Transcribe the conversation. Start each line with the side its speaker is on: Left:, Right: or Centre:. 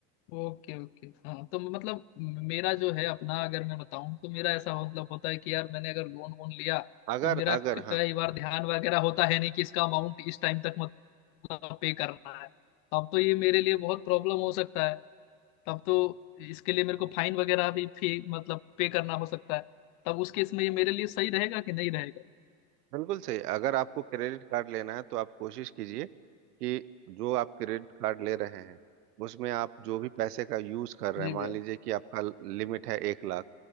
Left: ओके ओके हाँ तो मतलब मेरा जो है अपना अगर मैं बताऊं तो मेरा ऐसा हो- मतलब होता है कि यार मैंने अगर लोन वोन लिया
Right: अगर
Left: तो मेरा
Right: अगर
Left: क-
Right: हाँ
Left: कई बार ध्यान वगैरह होता है नहीं कि इसका अमाउंट इस टाइम तक पे करना है तब तो ये मेरे लिए बहुत प्रॉब्लम हो सकता है तब तो इसके लिए मेरे को फाइन वगैरह भी फी मतलब पे करना हो सकता है तब उस केस में ये मेरे लिए सही रहेगा कि नहीं रहेगा
Right: बिल्कुल सही अगर आपको क्रेडिट कार्ड लेना है तो आप कोशिश कीजिए कि जो आप क्रेडिट कार्ड ले रहे हैं उसमें आप जो भी पैसे का यूज कर रहे
Left: जी
Right: हैं
Left: भैया
Right: मान लीजिए कि आपका लिमिट है एक लाख